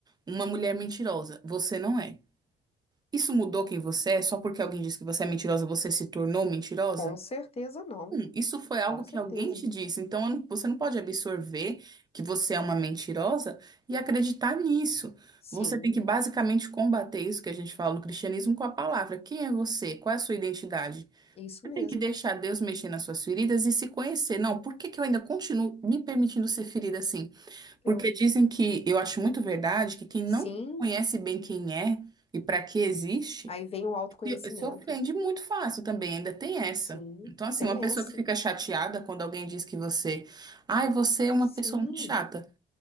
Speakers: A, on the right (about 20°); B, on the left (about 30°).
A: uma mulher mentirosa, você não é. Isso mudou quem você é? Só porque alguém disse que você é mentirosa, você se tornou mentirosa?
B: Com certeza não.
A: Isso foi algo
B: Com certeza.
A: que alguém te disse, então eu não- você não pode absorver que você é uma mentirosa e acreditar nisso.
B: Sim,
A: Você tem que basicamente combater isso que a gente fala no cristianismo com a palavra. Quem é você? Qual é a sua identidade?
B: isso
A: Você
B: mesmo.
A: tem que deixar Deus mexer nas suas feridas e se conhecer. Não, por que que eu ainda continuo me permitindo ser ferida assim?
B: Eu,
A: Porque dizem que, eu acho muito verdade, que quem não
B: sim,
A: conhece bem quem é e para que existe
B: aí vem o autoconhecimento.
A: se se ofende muito fácil também, ainda tem essa.
B: Sim,
A: Então, assim,
B: tem
A: uma pessoa
B: essa.
A: que fica chateada quando alguém diz que você, ai, você é uma
B: Sim,
A: pessoa muito chata.